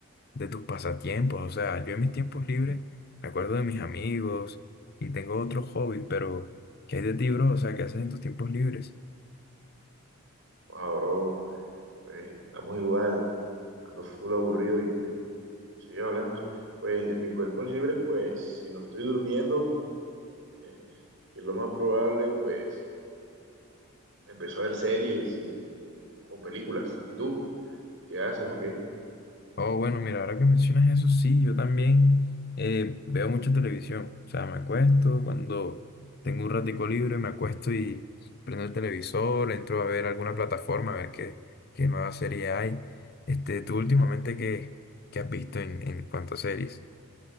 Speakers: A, on the left; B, on the right.
A: de tus pasatiempos. O sea, yo en mis tiempos libres me acuerdo de mis amigos y tengo otros hobbies, pero ¿qué hay de ti, bro? O sea, ¿qué haces en tus tiempos libres?
B: Wow, bro, pues andamos igual, ando full aburrido y pues, sí, hablemos. Pues en mis cuentos libres, pues, si no estoy durmiendo, eh, que es lo más probable, pues, empiezo a ver series y, o películas. ¿Y tú? ¿Qué haces o qué?
A: Oh, bueno, mira, ahora que mencionas eso, sí, yo también eh, veo mucha televisión. O sea, me acuesto cuando tengo un ratico libre, me acuesto y prendo el televisor, entro a ver alguna plataforma, a ver qué, qué nueva serie hay. Este, tú últimamente, ¿qué, qué has visto en, en cuanto a series?